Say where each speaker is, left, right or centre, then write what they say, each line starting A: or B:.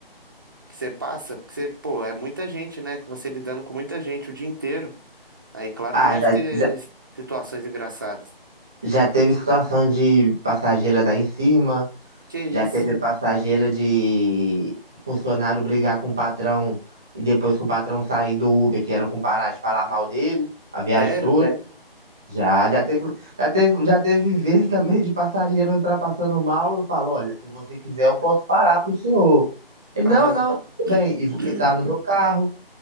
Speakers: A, on the right; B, in the centre.
A: que você passa, porque você, pô, é muita gente, né? Que você lidando com muita gente o dia inteiro. Aí, claro
B: Ah,
A: que deve
B: já,
A: ter
B: já,
A: situações engraçadas.
B: já teve situação de passageira dar em cima,
A: Que
B: já
A: isso?
B: teve Uhum. passageira de funcionário brigar com o patrão e depois que o patrão sair do Uber, que era com parar de falar mal dele, a viagem
A: Sério?
B: toda. Sério? Já, já teve, já teve, já teve vezes também de passageiro entrar passando mal, eu falo, olha, se você quiser eu posso parar pro senhor. Ele,
A: Aham.
B: não, não, tudo bem, e vomitar
A: <clears throat>
B: no meu carro.